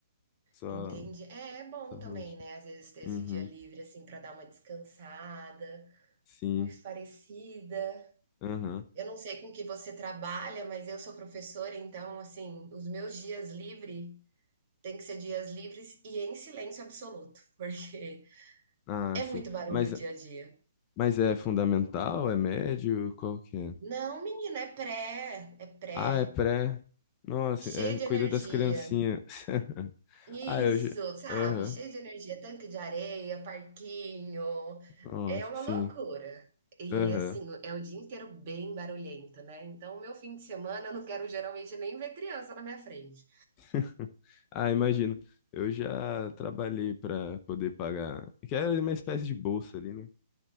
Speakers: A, on the left; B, on the right.
A: Só,
B: entende? É, é bom
A: só
B: também,
A: relaxa.
B: né, às vezes ter esse
A: Uhum.
B: dia livre, assim, pra dar uma descansada,
A: Sim.
B: uma espairecida.
A: Aham.
B: Eu não sei com que você trabalha, mas eu sou professora, então, assim, os meus dias livre tem que ser dias livres e em silêncio absoluto, <laughs> porque
A: Ah,
B: é
A: sim.
B: muito barulho
A: Mas
B: o dia a dia.
A: Mas é fundamental? É médio? Qual que é?
B: Não menina, é pré, é pré.
A: Ah, é pré. Nossa, é,
B: Cheio de
A: cuida
B: energia.
A: das criancinhas. <laughs>
B: Isso,
A: Ah, eu já.
B: sabe,
A: Aham.
B: cheio de energia, tanque de areia, parquinho,
A: Nossa,
B: é uma
A: sim.
B: loucura. E
A: Aham.
B: assim, é o dia inteiro bem barulhento, né, então o meu fim de semana eu não quero geralmente nem ver criança na minha frente.
A: <laughs> Ah, imagino. Eu já trabalhei para poder pagar. Que era uma espécie de bolsa ali, né?